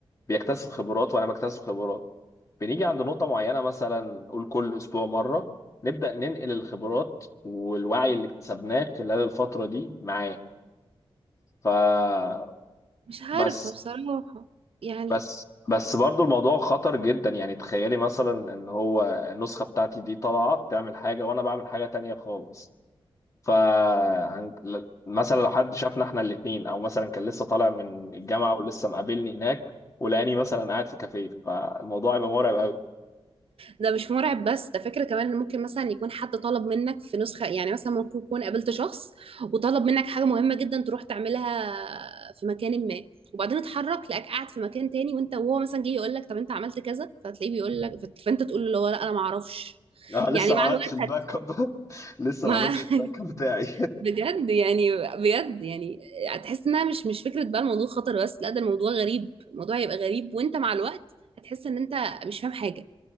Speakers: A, on the left (about 35°); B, on the right (about 80°).
A: بيكتسب خبرات وانا بكتسب خبرات بنيجي عند نقطه معينه مثلا قول كل اسبوع مره نبدا ننقل الخبرات والوعي اللي اكتسبناه خلال الفتره دي معاه فبس
B: مش عارفه
A: بس
B: بصراحه يعني
A: بس بس برضو الموضوع خطر جدا يعني تخيلي مثلا ان هو النسخة بتاعتي دي طالعة بتعمل حاجة وانا بعمل حاجة تانية خالص ف عن- ل- مثلا لو حد شافنا احنا الاتنين او مثلا كان لسه طالع من الجامعة ولسه مقابلني هناك ولقاني مثلا قاعد في كافيه فالموضوع يبقى مرعب قوي
B: ده مش مرعب بس ده فكرة كمان إن ممكن مثلا يكون حد طلب منك في نسخة يعني مثلا ممكن يكون قابلت شخص وطلب منك حاجة مهمة جدا تروح تعملها في مكان ما وبعدين اتحرك لقاك قاعد في مكان تاني وانت وهو مثلا جه يقول لك طب انت عملت كذا فتلاقيه بيقول لك فانت تقول له اللي هو لا انا ما اعرفش
A: انا لسه
B: يعني مع
A: ما عملتش
B: الوقت
A: الباك
B: هت-
A: اب <laughs> لسه
B: ما
A: ما عملتش الباك اب بتاعي
B: <laughs> بجد يعني بجد يعني هتحس انها مش مش فكرة بقى الموضوع خطر بس لا ده الموضوع غريب الموضوع هيبقى غريب وانت مع الوقت هتحس ان انت مش فاهم حاجة